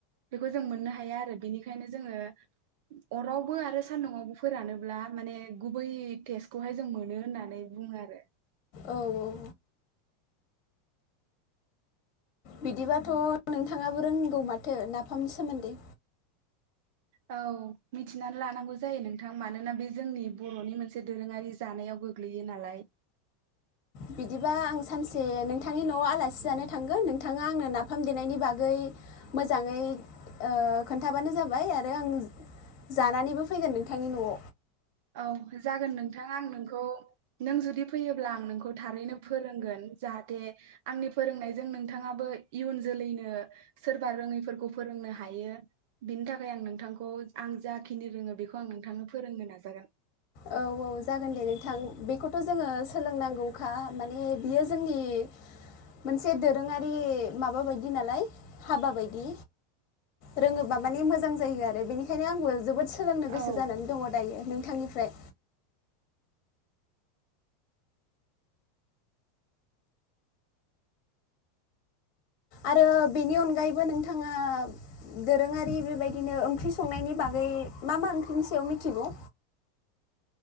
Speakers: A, on the right; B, on the left.
A: बेखौ जों मोननो हाया आरो बिनिखायनो जोङो अरावबो आरो सान्दुंआवबो फोरानोब्ला माने गुबै टेस्टखौहाय जों मोनो होननानै बुङो आरो।
B: औ औ बिदिबाथ' नोंथाङाबो रोंगौ माथो नाफामनि सोमोन्दै।
A: औ मिथिनानै लानांगौ जायो नोंथां मानोना बे जोंनि बर'नि मोनसे दोरोङारि जानायाव गोग्लैयो नालाय।
B: बिदिबा आं सानसे नोंथांनि न'आव आलासि जानो थांगोन नोंथाङा आंनो नाफाम देनायनि बागै मोजाङै ओ खोन्थाबानो जाबाय आरो आं जानानैबो फैगोन नोंथांनि न'आव।
A: औ जागोन नोंथाङा आं नोंखौ नों जुदि फैयोब्ला आं नोंखौ थारैनो फोरोंगोन जाहाथे आंनि फोरोंनायजों नोंथाङाबो इयुन जोलैनो सोरबा रोङैफोरखौ फोरोंनो हायो बिनि थाखाय आं नोंथांखौ आं जाखिनि रोङो बेखौ आं नोंथांनो फोरोंगोन आरो। जागोन
B: औ औ जागोन दे नोंथां बेखौथ' जोङो सोलोंनांगौखा माने बियो जोंनि मोनसे दोरोङारि माबा बायदि नालाय हाबा बायदि रोङोबा माने मोजां जायो आरो बेनिखायनो आंबो जोबोद सोलोंनो गोसो
A: औ
B: जानानै दङ दायो नों थांनिफ्राय आरो बेनि अनगायैबो नोंथाङा दोरोङारि बेबायदिनो ओंख्रि संनायनि बागै मा मा ओंख्रिनि सायाव मिथिगौ?